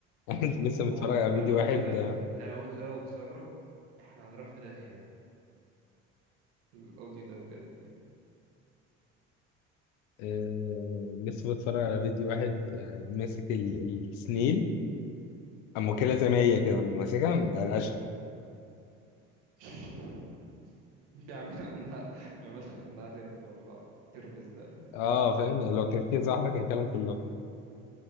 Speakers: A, on the left (about 70°); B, on the right (about 75°).
A: أنا لسه متفرج
B: هو اللي
A: على فيديو
B: أنا قلته
A: واحد
B: ده اللي أنا قلته ده لو اتسرب إحنا هنروح في داهية الأوديو ده بجد يعني
A: آه لسه متفرج على فيديو واحد آه ماسك ال- السنيل اما واكلها زي ما هي كده أما ماسكها مقلقشها
B: <laughs> بيعملها <laughs> نع- بيعملها نقلب ولا ترمس ده ولا ايه
A: اه فاهم يعني لو كان في كذا واحدة كان الكلام كله